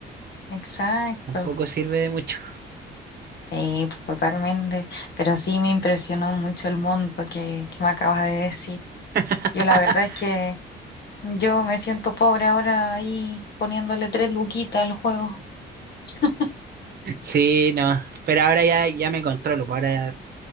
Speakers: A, on the left (about 55°); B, on the right (about 50°).
A: Exacto.
B: tampoco sirve de mucho.
A: Sí, pues totalmente. Pero sí me impresionó mucho el monto que, que me acabas de decir.
B: <laughs>
A: Yo la verdad es que yo me siento pobre ahora ahí poniéndole tres luquitas al juego. <laughs>
B: Sí, no, pero ahora ya, ya me controlo, po, ahora